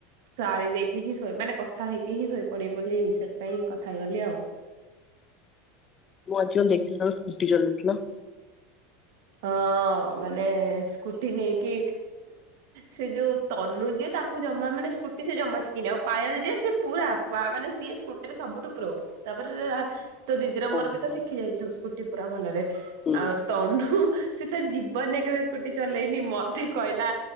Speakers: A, on the right; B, on the left.
A: ସାରି ଦେଇକି ହିଁ ଶୋଇ, ମାନେ କଥା ହେଇକି ହିଁ ଶୋଇ ପଡ଼ିବି ବୋଲି, ସେଥିପାଇଁ କଥା ହେଇଗଲି ଆଉ।
B: ମୁଁ ଆଜି କଁ ଦେଖିଲି ତମେ ସ୍କୁଟି ଚଲଉ ଥିଲ।
A: ହଁ, ମାନେ ସ୍କୁଟି ନେଇକି। ସେ ଯୋଉ, ତନୁ ଯିଏ ତାକୁ ଜମା ମାନେ ସ୍କୁଟି ସେ ଜମା ଶିଖିନି, ଆଉ ପାୟଲ ଜିଏ ସେ ପୁରା। ବା, ମାନେ ସିଏ ସ୍କୁଟିରେ ସବୁଠୁ ପ୍ରୋ ତାପରେ। ତୋ ଦିଦିର
B: ଓହୋ
A: ମୋର ବି ତ ଶିଖି ଯାଇଛୁ, ସ୍କୁଟି ପୁରା ଭଲରେ,
B: ହୁଁ
A: ଆଉ ତନୁ ହୁଁ। ସେ ତା ଜୀବନ ରେ କେବେ ସ୍କୁଟି ଚଲେଇନି, ମତେ କହିଲା।